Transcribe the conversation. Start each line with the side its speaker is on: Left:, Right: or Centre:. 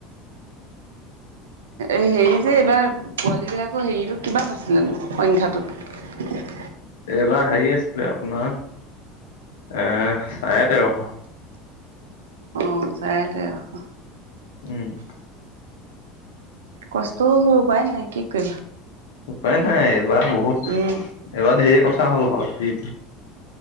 Right: এই হেৰি যে এইবাৰ পোৱালী বিলাকৰ হেৰিটো কিমান আছিলে সংখ্যাটো?
Left: এইবাৰ হেৰি আছিলে আপোনাৰ এ', চাৰে তেৰশ।
Right: অ', চাৰে তেৰশ।
Left: উম।
Right: কষ্টও হয় উপায় নাই কি কৰিবা।
Left: উপায় ন। এ', এইবাৰ বহুত
Right: উম
Left: এইবাৰ ধেৰ কথা। কা হল-হল কি?